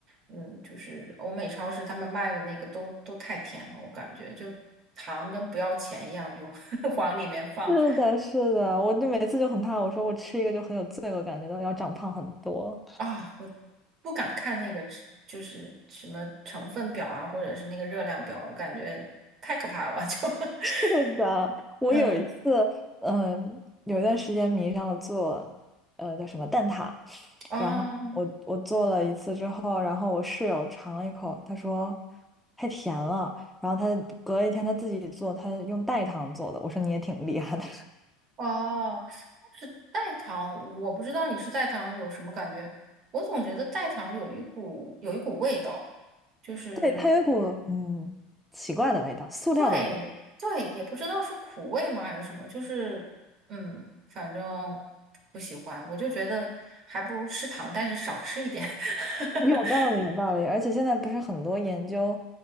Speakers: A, on the right; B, in the centre.
A: 嗯，就是欧美超市他们卖的那个都都太甜了，我感觉就糖跟不要钱一样，就 <laughs> 往里面放
B: 是的，是的，我就每次就很怕，我说我吃一个就很有罪恶感，觉到要长胖很多。
A: 啊，我不敢看那个吃就是什么成分表啊，或者是那个热量表，我感觉太可怕了，就 <laughs>
B: 是的，我有一次，
A: 嗯
B: 嗯，有一段时间迷上了做，呃，叫什么蛋挞，
A: 啊。
B: 然后我我做了一次之后，
A: 哦
B: 然后我室友尝了一口，他说太甜了，然后他隔了一天他自己做，他用代糖做的，我说你也挺厉害的，
A: 哦，但是代糖，我不知道你吃代糖有什么感觉，我总觉得代糖有一股有一股味道，就是
B: <laughs> 对，它有一股嗯奇怪的味道，塑料的味道。
A: 对对，也不知道是苦味吗还是什么，就是嗯，反正不喜欢，我就觉得还不如吃糖，但是少吃一点。<laughs>
B: 有道理，有道理，而且现在不是很多研究